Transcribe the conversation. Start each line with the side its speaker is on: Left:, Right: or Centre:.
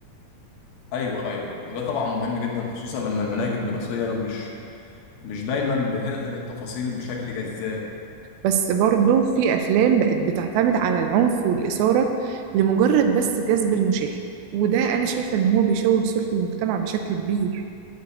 Left: أيوة أيوة وده طبعا مهم جدا خصوصا لما المناهج الدراسية مش مش دايما بتنقل التفاصيل بشكل جذاب
Right: بس برضه في أفلام بقت بتعتمد على العنف والإثارة لمجرد بس جذب المشاهد وده أنا شايفة إن هو بيشوه صورة المجتمع بشكل كبير